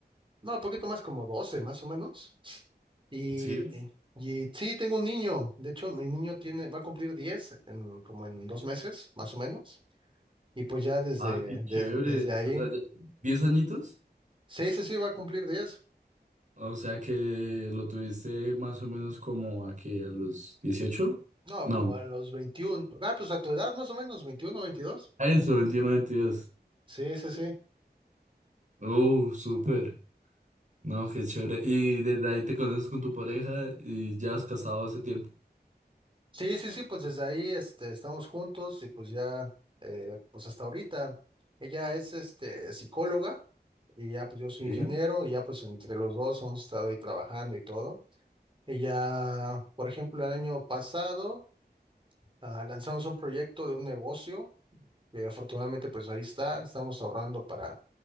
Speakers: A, on the right; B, on the right.
A: no, poquito más como 12, más o menos, y,
B: sí?
A: y y sí, tengo un niño, de hecho, mi niño tiene, va a cumplir 10, en, como en dos meses, más o menos, y pues ya desde,
B: Ah, qué
A: des-
B: chévere.
A: desde ahí,
B: O sea, ya- ¿diez añitos?
A: sí, sí, sí, va a cumplir 10.
B: O sea que lo tuviste más o menos como aquí a los dieciocho,
A: No,
B: No,
A: como a los 21. Ah, pues a tu edad, más o menos, 21, 22.
B: a eso, 21, 22.
A: Sí, sí, sí.
B: Uh, súper. No, qué chévere. Y desde ahí te conoces con tu pareja y ya has casado hace tiempo.
A: Sí, sí, sí, pues desde ahí este, estamos juntos y pues ya, eh, pues hasta ahorita. Ella es este, psicóloga y ya pues yo soy
B: Sí,
A: ingeniero y ya pues entre los dos hemos estado ahí trabajando y todo. Ella, por ejemplo, el año pasado. Ah, lanzamos un proyecto de un negocio que afortunadamente pues ahí está, estamos ahorrando para